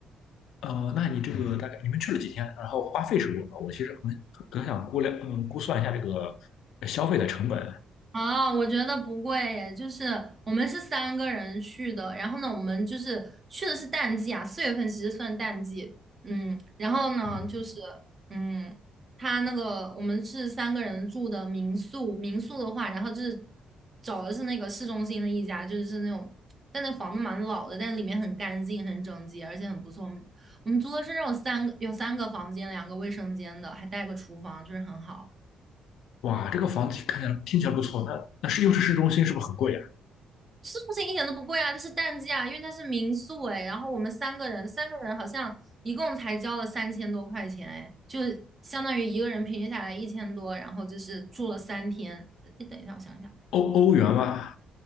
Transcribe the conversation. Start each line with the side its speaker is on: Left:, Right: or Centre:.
Left: 呃，那你这个大概你们去了几天？然后花费是多少？我其实很很想估量，嗯，估算一下这个消费的成本。
Right: 啊，我觉得不贵耶，就是我们是三个人去的，然后呢，我们就是去的是淡季啊，四月份其实算淡季，嗯，然后呢，
Left: 嗯
Right: 就是嗯，他那个我们是三个人住的民宿，民宿的话，然后就是找的是那个市中心的一家，就是那种，但那房子蛮老的，但里面很干净、很整洁，而且很不错。我们我们租的是那种三个有三个房间、两个卫生间的，还带个厨房，就是很好。
Left: 哇，这个房子看起来听起来不错，那那是又是市中心，是不是很贵啊？
Right: 是不是一点都不贵啊？它是淡季啊，因为它是民宿哎。然后我们三个人，三个人好像一共才交了三千多块钱哎，就相当于一个人平均下来一千多，然后就是住了三天。你等一下，我想一下，
Left: 欧欧元吗？